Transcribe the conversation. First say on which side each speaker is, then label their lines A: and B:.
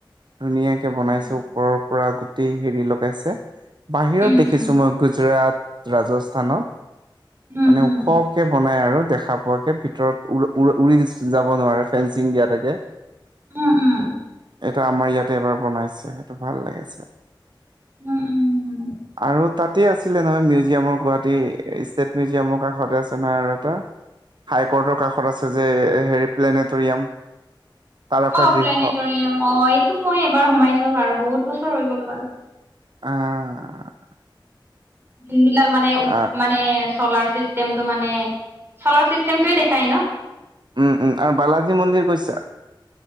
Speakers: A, on the right (about 60°); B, on the right (about 25°).
A: ধুনীয়াকে
B: উম
A: বনাইছে ওপৰৰ পৰা গোটি হেৰি লগাইছে বাহিৰত
B: উম
A: দেখিছো
B: উম
A: মই গুজৰাট ৰাজস্থানত মানে
B: উম উম
A: ওখকে ব- নাই আৰু দেখা পোৱাকে ভিতৰত উ উ উৰি যাব নোৱাৰে ফেঞ্চিন দিয়া থাকে।
B: উম উম।
A: ত আমাৰ ইয়াতে এবাৰ বনাইছে, সেইটো ভাল লাগিছে,
B: উম উম
A: আৰু তাতে আছিলে নহয় মিউজিয়ামৰ গুৱাহাটী ষ্টেট মিউজিয়ামৰ কাষতে আছে নহয় আৰু এটা। হাই কৰ্টৰ কাষত আছে যে হেৰি প্লেনেটৰিয়াম। তাৰকা
B: অ
A: গৃহ।
B: প্লেনেটৰিয়াম অ এইটো মই এবাৰ সোমাইছো বাৰু বহুত বছৰ হৈ গ'ল বাৰু।
A: আহ
B: যোন বিলাক মানে
A: আহ
B: মানে চলাৰ চিষ্টেমটো মানে চলাৰ চিষ্টেমটোয়ে দেখাই ন?
A: উম উম আৰু বালাজী মন্দিৰ গৈছা?